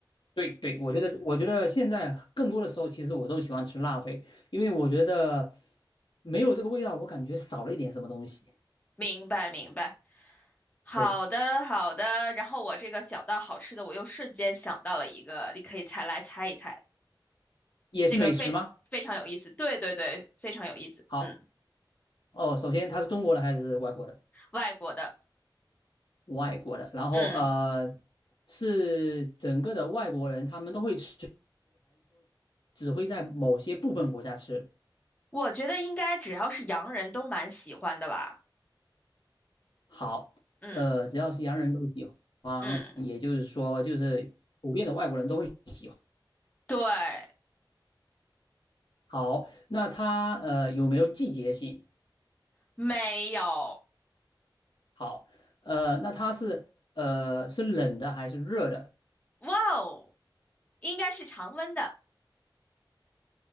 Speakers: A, on the left; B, on the left.
A: 对对，我觉得我觉得现在更多的时候，其实我都喜欢吃辣味，因为我觉得没有这个味道，我感觉少了一点什么东西。
B: 明白明白。好的，
A: 对，
B: 好的。然后我这个想到好吃的，我又瞬间想到了一个，你可以猜来猜一猜，
A: 也是美食吗？
B: 这个非非常有意思。对对对，非常有意思。
A: 好。
B: 嗯，
A: 哦，首先它是中国的还是外国的？
B: 外国的，
A: 外国的，然后呃，
B: 嗯，
A: 是整个的外国人，他们都会吃，只会在某些部分国家吃。
B: 我觉得应该只要是洋人都蛮喜欢的吧。
A: 好，
B: 嗯
A: 呃，只要是洋人都喜欢，
B: 嗯，
A: 也就是说，就是普遍的外国人都会喜欢。
B: 对，
A: 好，那它呃有没有季节性？
B: 没有，
A: 好，呃，那它是呃是冷的还是热的？
B: 哇哦，应该是常温的。